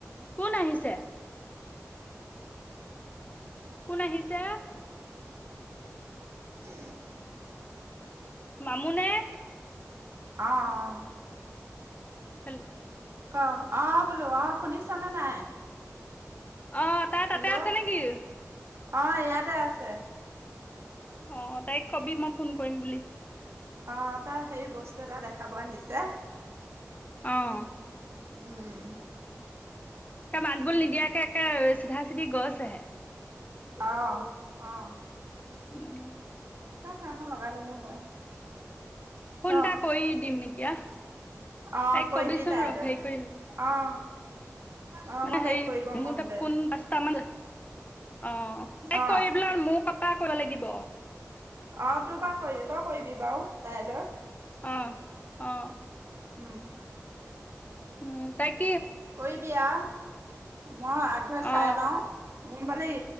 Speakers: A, on the left; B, on the right.
A: কোন আহিছে। কোন আহিছে।
B: হয় <unintelligible>
A: মামু নে
B: অ-অ
A: হল <unintelligible>
B: ক অ বোলো অ শুনিছানে নাই?
A: অ তাই তাতে
B: হেল্ল'
A: আছে নেকি?
B: অ ইয়াতে আছে।
A: অ তাইক কবি মই ফোন কৰিম বুলি।
B: অহ তাৰ সেই বস্তু এটা দেখাব আহিছে।
A: অহ
B: উম,
A: মাতবোৰ নিদিয়াকে একে চিধা হেতি গইছে হে।
B: অহ, অ'।
A: উম।
B: ত খাৰ এখন লগাই ল'লো হয়।
A: ফোন
B: ক
A: এটা কৰি দিম, এতিয়া
B: অ
A: তাইক
B: কৰিবি
A: ক'বিচোন
B: তাইলৈ
A: ৰ' হেৰি কৰি
B: অ অ
A: মানে
B: মই তাইক
A: সেই
B: কৰিব ক'ম
A: মোৰ তাত
B: দে
A: ফোন পাঁচটামান অ', তাই
B: অ
A: কৰিলাৰ আৰু মোক পাৰ কৰা লাগিব।
B: অ', তোৰ বা কৰিব তই কৰিবি বাৰু তাইলৈ।
A: অ', অ'।
B: উম।
A: উম, তাইক
B: কৰিবি আৰু মই আগ ধৰি
A: অ
B: চাই লওঁ। মম পালি